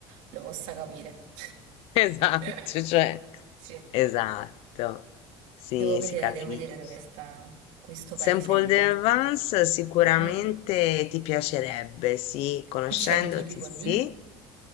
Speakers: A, on the right (about 75°); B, on the left (about 55°).
A: lo possa capire.
B: esatto,
A: <laughs>
B: cioè,
A: Sì.
B: esatto, sì,
A: Devo vedere,
B: si capisce.
A: devo vedere dove sta questo
B: Sample
A: paesello.
B: Vance sicuramente
A: Mm.
B: ti piacerebbe, sì, conoscendoti,
A: Che c'è di tipico
B: sì.
A: lì?